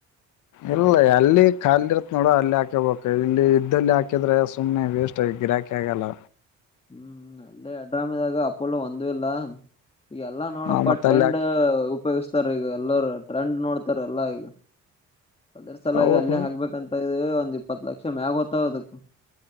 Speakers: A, on the left; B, on the left.
A: ಇಲ್ಲ ಅಲ್ಲಿ ಖಾಲಿ ಇರತ್ ನೋಡ ಅಲ್ಲಿ ಹಾಕಬಬೇಕು ಇಲ್ಲಿ ಇದ್ದಲ್ಲಿ ಹಾಕಿದ್ರೆ ಸುಮ್ನೆ ವೇಸ್ಟ್ ಗಿರಾಕಿ ಆಗಲ್ಲ
B: ಹ್ಮ್ ಅಲ್ಲೇ ಅಡ್ರಾಮೆದಾಗ ಅಪ್ಪಲ್ಲ ಒಂದ ಇಲ್ಲ ಎಲ್ಲಾ ನೋಡಪ್ಪ
A: ಆ ಮತ್ತ
B: ಟ್ರೆಂಡ್
A: ಅಲ್ಲಿ ಹಾಕಿ
B: ಉಪಯೋಗಿಸ್ತಾರ ಈಗ ಎಲ್ಲರು ಟ್ರೆಂಡ್ ನೋಡ್ತಾರ ಎಲ್ಲಾ ಈಗ ಅದ್ರ ಸಲಾಗಿ
A: ಹೌದು
B: ಅಲ್ಲೇ ಹಗ್ಬೇಕಂತ ಇದ ಒಂದ ಇ ಇಪ್ಪತ್ತು ಲಕ್ಷ ಮ್ಯ ಆಗುತ್ತ ಹದಕ್